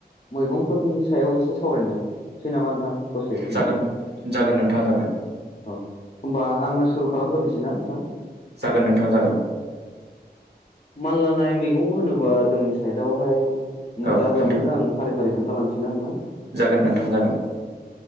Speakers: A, on the left (about 45°); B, on the right (about 80°).
A: मैगंफोरनि सायाव एसे सावरायनोसै नामा नोंथां दसे बिनिखो
B: जागोन जागोन नोंथां जागोन
A: औ होमबा आंनो सुरु खालामग्रोसैनाा नोंथां
B: जागोन नोंथाङा जागोन
A: माललाानायनाय मैगं होनोबा जोंनि साइडआवहाय
B: औ
A: जा जा
B: नोंथां
A: मोनो आं फारि फारि खोन्थालांसै ना नोंथां
B: जागोन नोंथाङा जागोन